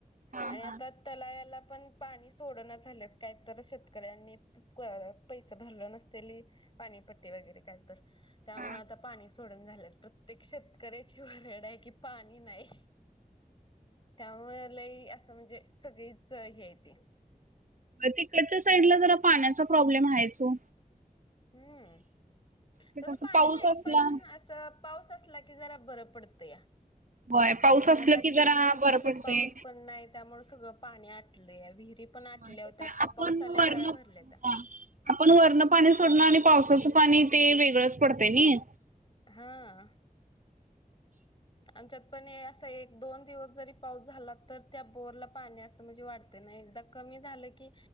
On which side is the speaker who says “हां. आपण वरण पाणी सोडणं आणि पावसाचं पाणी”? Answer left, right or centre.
Right